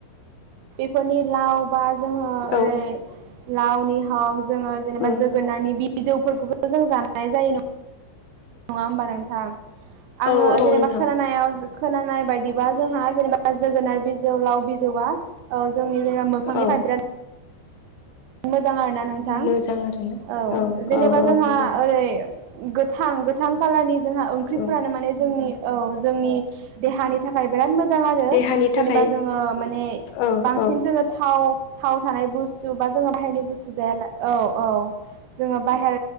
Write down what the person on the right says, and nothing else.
बेफोरनि लाव बा जोङो
ओरै लावनि हक जोङो जेनेबा
जोगोनारनि बिजौफोरखौबो जों जानाय जायो ना? नङा ओमबा नोंथां आङो
जेनेबा
खोनानायाव खोनानाय बायदिबा जोंहा जेनेबा जोगोनार बिजौ लाव बिजौआ जोंनि जेनेबा मोखांनि
थाइ बिराद मोजां आरोना नोंथां
औ जेनेबा
जोंहा
ओरै गोथां गोथां कालारनि जोंहा ओंख्रिफोरानो
माने जोंनि औ जोंनि देहानि थाखाय बिराद मोजां। मोजां आरो
जेनेबा जोङो माने
बांसिन
जोङो थाव थाव थानाय बुस बा जोङो बाहेरनि बुस्थु जाया औ औ जोङो बाहेर